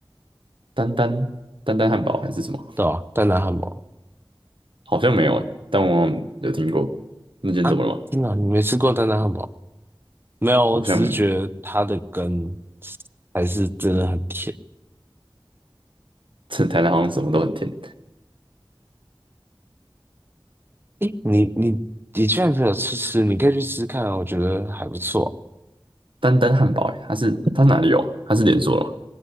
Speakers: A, on the right; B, on the right.
A: 丹丹丹丹汉堡还是什么？
B: 对啊，丹丹汉堡
A: 好像没有哎、但我有听过。那间怎么了吗？
B: 啊，真的啊你没吃过丹丹汉堡？没有，
A: 好像
B: 我只是觉得它的根还是真的很甜。
A: 趁台南好像什么都很甜。
B: 诶，你你你居然没有吃吃，你可以去吃看啊，我觉得还不错。
A: 丹丹汉堡哎、它是它是哪里有啊？它是连锁的吗？